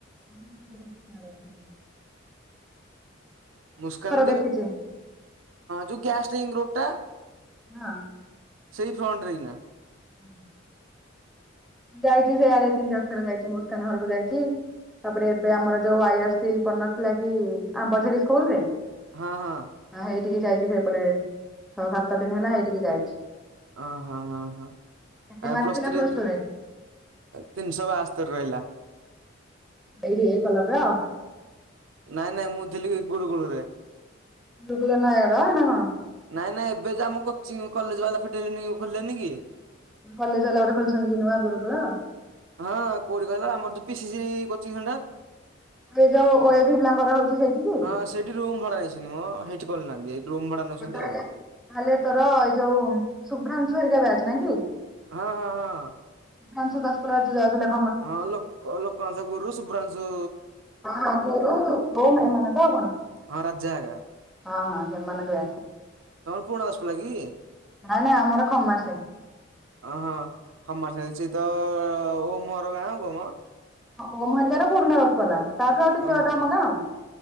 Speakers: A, in the centre; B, on the right.
A: ହଁ, ହଁ ସେ ବାସ୍ତ୍ରାଳୟ ସାଇଡ୍।
B: ମୁସ୍କାନ ଦେବେ,
A: ଦେଖିଛି
B: ଯୋଉ ଗ୍ୟାସ ଷ୍ଟ୍ରିଙ୍ଗ୍ ରୋଡ଼ ଟା
A: ହଁ।
B: ସେଇ ଫ୍ରଣ୍ଟରେ ଇନା।
A: ହ ଯାଇଛି ସେଇଆଡ ତିନ ଚାରଥର ଯାଇଛି ମୁସ୍କାନ ଘରକୁ ଯାଇଛି। ତାପରେ ଏବେ ଆମର ଯୋଉ ଆଇ ଆର ସି ପଡ଼ିନଥିଲା କି ଆମ୍ବଝରୀ ସ୍କୁଲ ରେ
B: ହଁ ହଁ।
A: ହଁ ହେଇଠିକି ଯାଇଛି ସେପଟେ ଛ ସାତ ଦିନ ହେଲା ହେଇଠିକି ଯାଇଛି।
B: ହ ହଁ ହ
A: କେତେ
B: ହ
A: ମାର୍କ
B: ପ୍ଲସ୍
A: ଥିଲା
B: ଥ୍ରୀ
A: ପ୍ଲସ ଟୁ ରେ?
B: ତିନିଶ ବାସ୍ତୋରି ରହିଲା।
A: ଏଇଠି ଏକଲବ୍ୟ?
B: ନାଇଁ ନାଇଁ ମୁଁ ଥିଲି ଗୁରୁକୁଳୁ ରେ
A: ଗୁରୁକୁଳ ନୟାଗଡ ନା କଣ?
B: ନାଇଁ ନାଇଁ ଏବେ ଯା ମୁଁ କୋଚିଂ କଲେଜ ବାଲା ଫିଟେ ଲେନି ଖୋଲିଲେନି କି?
A: କଲେଜ ବାଲା ଗୋଟେ ଖୋଲିଛନ୍ତି କି ନୂଆ ଗୁରୁକୁଳ
B: ହଁ କୋଉଠି କହିଲ ଆମର ତ P C C coaching centre.
A: ଏ ଯୋଉ ଓ ଏ ଭି ପିଲାଙ୍କର ହଉଛି ସେଇଠିକି
B: ହଁ ସେଇଠି ରୁମ୍ ଭଡା ନେଇଛନ୍ତି ମ ହେଇଠି ଖୋଲିନାହାନ୍ତି। ରୁମ ଭଡା ନେଉଛନ୍ତି
A: ଆଉ ତାହେଲେ ତାହେଲେ ତୋର ଏଇ ଯୋଉ ଶୁଭ୍ରାଂଶ ହେରିକା ବ୍ୟାଚ ନାଇଁ କି?
B: ହଁ ହଁ ହଁ।
A: ସୁଧାଂଶୁ ଦଶପଲା ଯଉ ଜାଉ ଥିଲା।
B: ହଁ ଲୋ ଲୋକନାଥ ଗୁରୁ ଶଭ୍ରାଂଶୁ
A: ହଁ ଗୁରୁ ଓମ୍ ଏ ମାନେ ତଆଉ କଣ?
B: ହଁ ରାଜା ହେକା।
A: ହଁ ହଁ ସେ ମାନଙ୍କୁ
B: ତମର ପୁରୁଣା ଦଶପଲା କି?
A: ନାଇଁ ନାଇଁ ଆମର ଖମାର ସାଇ
B: ହ ହଁ ଖମର ସାଇ ସେ ତ ଓମ ହର ଗାଁ ଆଉ କମ୍
A: ଓମ ହେରିକାର ପୂରୁଣା ଦଶପଲା ତାଠୁ ଟିକେ
B: ଅଁ
A: ବାଟ
B: ହଁ
A: ଆମ ଗାଁ ଆଉ।